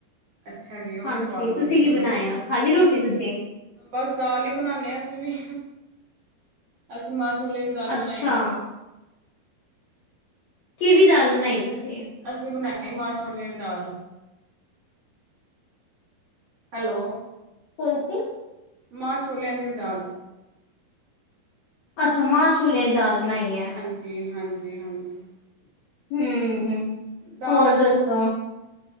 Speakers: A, on the right; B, on the left.
A: ਅੱਛਾ ਜੀ ਉਹ
B: ਹਾਂਜੀ
A: ਵੀ ਸਵਾਦ
B: ਤੁਸੀਂ
A: ਬਣਦੀ
B: ਕੀ
A: ਹੈ
B: ਬਣਾਇਆ
A: ਬੜੀ
B: ਖਾਲੀ ਰੋਟੀ ਤੁਸੀਂ?
A: ਬਸ ਦਾਲ ਹੀ ਬਣਾਨੇ ਹਾਂ ਅਸੀਂ ਵੀ, ਅਸੀਂ ਮਾਂ ਛੋਲੇ ਦੀ ਦਾਲ
B: ਅੱਛਾ।
A: ਬਣਾਈ ਸੀ।
B: ਕਿਹੜੀ ਦਾਲ ਬਣਾਈ ਤੁਸੀਂ?
A: ਅਸੀਂ ਬਣਾਈ ਮਾਂ ਛੋਲੇ ਦੀ ਦਾਲ। ਹੈਲੋ,
B: ਕਣ ਸੀ ਆ
A: ਮਾਂ ਛੋਲਿਆਂ ਦੀ ਦਾਲ।
B: ਅੱਛਾ ਮਾਂ ਛੂਲੇ ਦੀ ਦਾਲ ਬਣਾਈ ਹੈ।
A: ਜੀ ਹਾਂਜੀ- ਹਾਂਜੀ
B: ਹੂੰ-ਹੂੰ।
A: ਦਾਲ,
B: ਹੋਰ ਦੱਸੋ